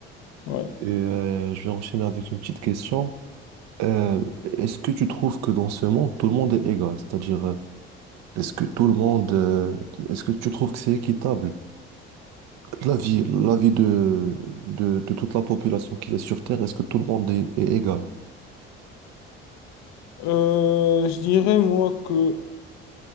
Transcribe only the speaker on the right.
Et euh, je vais enchaîner avec une petite question. Euh, est-ce que tu trouves que dans ce monde, tout le monde est égal? C'est-à-dire, euh, est-ce que tout le monde, euh, est-ce que tu trouves que c'est équitable? La vie, la vie de, de, de toute la population qui est sur Terre, est-ce que tout le monde est, est égal?